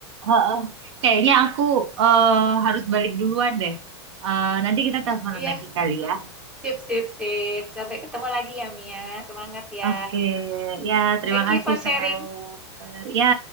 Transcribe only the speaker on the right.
heeh. kayaknya aku eh, harus balik duluan deh. Eh, nanti kita teleponan
lagi kali ya.
Oke, ya terima
kasih
saya. Ya.